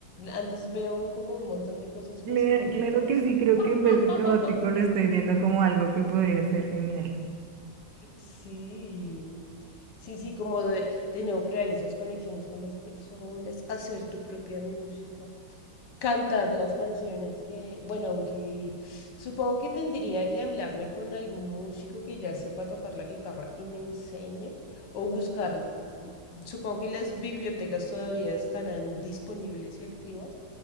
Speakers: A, on the left (about 70°); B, on the right (about 75°).
A: antes veo como un montón de cosas
B: Cla-
A: positivas,
B: Claro
A: ¿sabes?
B: que sí, creo
A: <laughs>
B: que en vez de caótico lo estoy viendo como algo que podría ser genial.
A: Sí, sí, sí, como de, de nuevo crear esas conexiones con las personas, hacer tu propia música. cantar las canciones que, bueno, aunque supongo que tendría que hablarme con algún músico que ya sepa tocar la guitarra y me enseñe, o buscar, mm, supongo que las bibliotecas todavía estarán disponibles y activas,